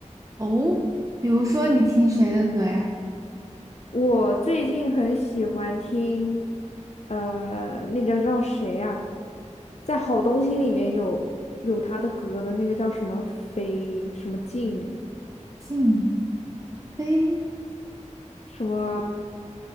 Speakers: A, on the right (about 25°); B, on the left (about 60°).
A: 哦，比如说你听谁的歌呀？
B: 我最近很喜欢听，呃，那叫叫谁呀，在好东西里面有有他的歌的那个叫什么飞什么静
A: 静妃、
B: 什么，